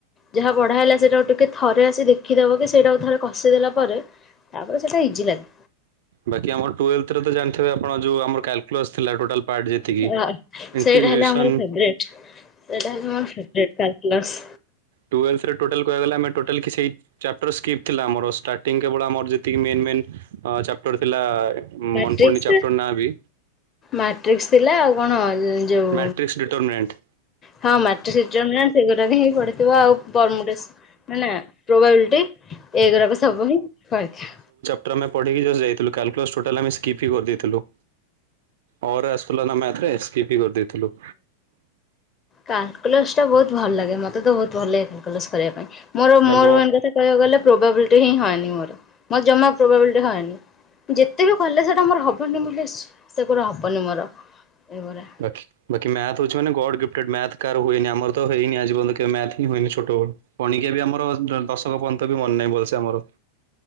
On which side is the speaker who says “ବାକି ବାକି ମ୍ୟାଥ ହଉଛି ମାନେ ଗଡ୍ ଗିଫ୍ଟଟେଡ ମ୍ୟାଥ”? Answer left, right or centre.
Right